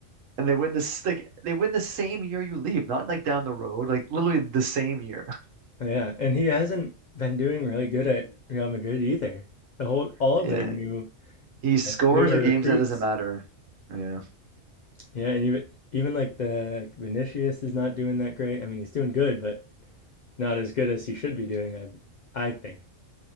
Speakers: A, on the right; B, on the left.
A: And they win this like they win the same year you leave, not like down the road, like literally the same year.
B: Yeah, and he hasn't been doing really good at Real Madrid either. The whole all
A: <laughs>
B: of their new
A: He scores
B: like newer
A: in games
B: recruits.
A: that doesn't matter. Yeah.
B: Yeah, and even even like the like Vinicius is not doing that great. I mean, he's doing good, but not as good as he should be doing, I I think.